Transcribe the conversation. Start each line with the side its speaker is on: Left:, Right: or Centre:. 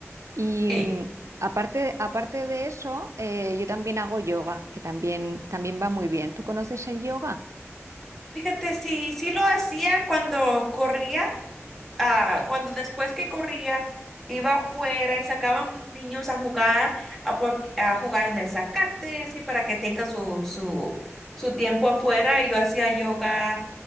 Right: Y
Centre: Y
Right: mm, aparte, aparte de eso, eh, yo también hago yoga, que también, también va muy bien. ¿Tú conoces el yoga?
Centre: fíjate, sí, sí lo hacía cuando corría ah, cuando después que corría, iba afuera y sacaba a mis niños a jugar, a, por- a jugar en el zacate, sí, para que tengan su, su, su tiempo afuera. Y yo hacía yoga,